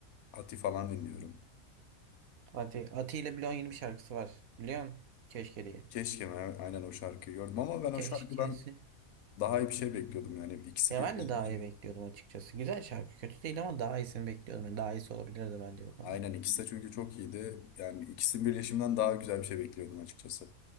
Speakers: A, on the left; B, on the right.
A: Ati falan dinliyorum.
B: Ati, Ati ile Blon yeni bir şarkısı var. Biliyorsun? Keşke diye.
A: Keşke ben aynen o şarkıyı gördüm ama ben o
B: Keşkesi.
A: şarkıdan daha iyi bir şey bekliyordum. Yani ikisi
B: Ya
A: birleşince
B: ben de daha iyi bekliyordum açıkçası. Güzel şarkı. Kötü değil ama daha iyisini bekliyordum. Yani daha iyisi olabilirdi bence bu konuda.
A: aynen ikisi de çünkü çok iyiydi. Yani ikisinin birleşiminden daha güzel bir şey bekliyordum açıkçası.